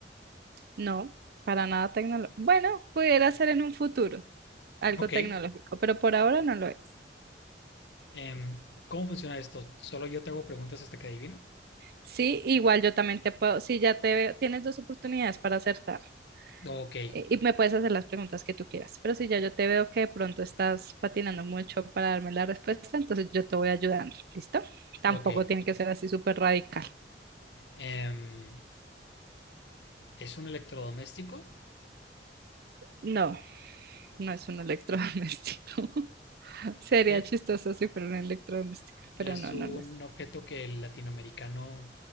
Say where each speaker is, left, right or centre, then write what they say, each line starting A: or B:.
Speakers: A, on the right; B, on the left.
A: No, para nada tecnológico. Bueno, pudiera ser en un futuro algo
B: Ok,
A: tecnológico, pero por ahora no lo es.
B: em, ¿cómo funciona esto? ¿Solo yo te hago preguntas hasta que adivino?
A: Sí, igual yo también te puedo, si ya te veo, tienes dos oportunidades para acertar
B: Ok,
A: eh, y me puedes hacer las preguntas que tú quieras, pero si ya yo te veo que de pronto estás patinando mucho para darme la respuesta, entonces yo te voy ayudando, ¿listo? Tampoco
B: ok.
A: tiene que ser así súper radical.
B: Em, ¿es un electrodoméstico?
A: No, no es un electrodoméstico. <laughs> Sería
B: Eh,
A: chistoso si fuera un electrodoméstico, pero
B: Es
A: no,
B: un
A: no lo es.
B: objeto que el latinoamericano